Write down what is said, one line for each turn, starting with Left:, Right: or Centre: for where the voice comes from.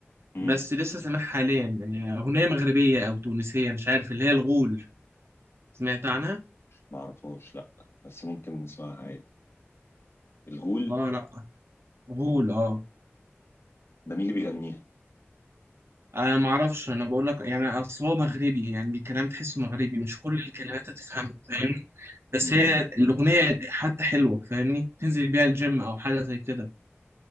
Left: مم.
Right: بس لسه سامعها حاليا يعني اغنيه مغربيه او تونسيه مش عارف اللي هي الغول سمعت عنها
Left: ما اعرفهاش لا بس ممكن نسمعها عادي الغول
Right: اه لا غول اه
Left: ده مين اللي بيغنيها؟
Right: انا ما اعرفش انا بقول لك يعني اصل هو مغربي يعني الكلام تحسه مغربي مش كل الكلمات هتفهمها فاهمني بس
Left: مم.
Right: هي الاغنيه حتى حلوه فاهمني تنزل بيها الجيم او حاجه زي كده